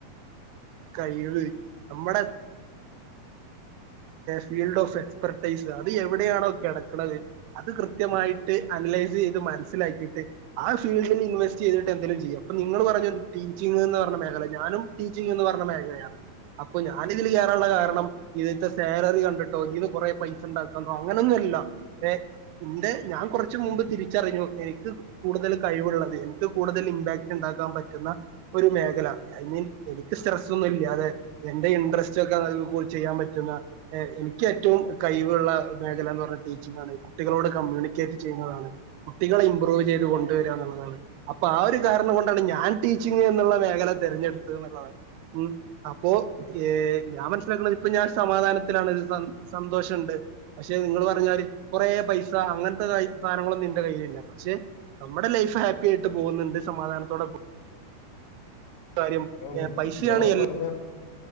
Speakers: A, on the right; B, on the left.
A: കഴിവ് അമ്മടെ ഫീൽഡ് ഓഫ് എക്സ്പെർട്ടൈസ് അത് എവിടെയാണോ കെടക്ക്ണത് അത് കൃത്യമായിട്ട് അനലൈസ് ചെയ്ത് മനസ്സിലാക്കിയിട്ട് ആ ഫീൽഡിൽ ഇൻവെസ്റ്റ് ചെയ്തിട്ട് എന്തെലും ചെയ്യാ ഇപ്പം നിങ്ങള് പറഞ്ഞ ടീച്ചിങ്ന്ന് പറഞ്ഞ മേഖല ഞാനും ടീച്ചിങ് എന്ന് പറഞ്ഞ മേഖല അപ്പോ ഞാൻ ഇതിൽ കേറാനുള്ള കാരണം ഇതിത്തെ സാലറി കണ്ടിട്ടോ ഇതീന്ന് കൊറേ പൈസണ്ടാക്കാന്നോ അങ്ങനൊന്നു അല്ല ഏ ഇന്റെ ഞാൻ കൊറച്ച് മുമ്പ് തിരിച്ചറിഞ്ഞു എനിക്ക് കൂടുതൽ കഴിവുള്ളത് എനിക്ക് കൂടുതൽ ഇമ്പാക്ട്ണ്ടാക്കാൻ പറ്റുന്ന ഒരു മേഖല ഐ മീൻ എനിക്ക് സ്ട്രെസ്സ് ഒന്നും ഇല്ലാതെ എന്റെ ഇൻട്രസ്റ്റ് ഒക്കെ ചെയ്യാൻ പറ്റ് പറ്റുന്ന ഏ ഇനിക്കേറ്റവും കഴിവുള്ള മേഖലാന്ന് പറഞ്ഞ ടീച്ചിങ് ആണ് കുട്ടികളോട് കമ്മ്യൂണിക്കേറ്റ് ചെയ്യുന്നതാണ് കുട്ടികളെ ഇമ്പ്രൂവ് ചെയ്ത് കൊണ്ടുവരുകന്നുള്ളതാണ് അപ്പൊ ആ ഒരു കാരണം കൊണ്ടാണ് ഞാൻ ടീച്ചിങ് എന്നുള്ള മേഖല തിരഞ്ഞെടുത്തത് എന്നുള്ളതാണ് മ്മ് അപ്പോ ഏ ഞാൻ മനസ്സിലാക്ക്ണത് ഇപ്പൊ ഞാൻ സമാധാനത്തിലാണ് സന്തോഷണ്ട് പക്ഷെ നിങ്ങൾ പറഞ്ഞാതിരി കൊറേ പൈസ അങ്ങനത്തെ സാനങ്ങളൊന്നും ഈന്റെ കയ്യിലില്ല പക്ഷെ നമ്മുടെ ലൈഫ് ഹാപ്പി ആയിട്ട് പോകുന്നുണ്ട് സമാധാനത്തോടെ പോ കാര്യം
B: ആഹ്
A: ഐ പൈസയാണ്
B: ബ്രോ
A: എല്ല്
B: പറഞ്ഞ